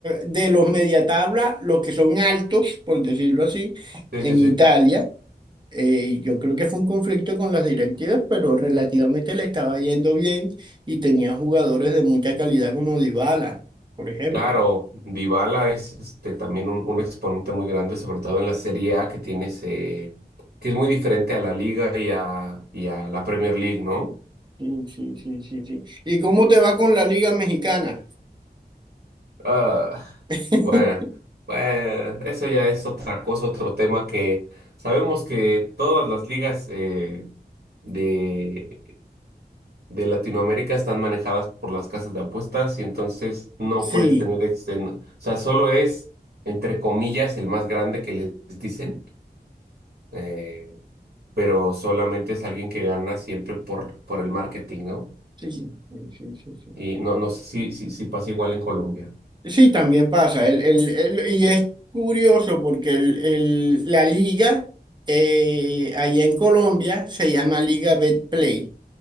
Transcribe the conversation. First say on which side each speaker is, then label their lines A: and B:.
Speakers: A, on the right; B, on the right.
A: de los media tabla, los que son altos, por decirlo así,
B: Sí,
A: en
B: sí, sí.
A: Italia. Eh, yo creo que fue un conflicto con las directivas, pero relativamente le estaba yendo bien y tenía jugadores de mucha calidad como Dybala, por ejemplo.
B: Claro, Dybala es este, también un, un exponente muy grande, sobre todo en la Serie A que tiene ese, que es muy diferente a la Liga y a, y a la Premier League, ¿no?
A: Sí, sí, sí, sí, sí. ¿Y cómo te va con la Liga Mexicana?
B: Ah,
A: <laughs>
B: bueno, bueno, eso ya es otra cosa, otro tema que sabemos que todas las ligas eh, de, de Latinoamérica están manejadas por las casas de apuestas y entonces no
A: Sí.
B: puedes tener, este, no- o sea, solo es, entre comillas, el más grande que les dicen eh, pero solamente es alguien que gana siempre por, por el marketing, ¿no?
A: Sí, sí, sí, sí, sí.
B: Y no, no sé si, si, si pasa igual en Colombia.
A: Sí, también pasa. El, el- el- y es curioso porque el, el- la liga eh, allá en Colombia se llama Liga Betplay.